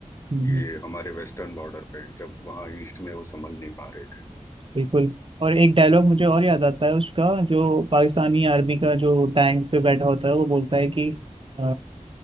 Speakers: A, on the right; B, on the left.
A: हम्म,
B: ये
A: हम्म।
B: हमारे वेस्टर्न बॉर्डर पे जब वहाँ ईस्ट में वो संभल नहीं पा रहे थे
A: बिल्कुल और एक डायलॉग मुझे और याद आता है उसका जो पाकिस्तानी आर्मी का जो टैंक पे बैठा होता है वो बोलता है कि अ,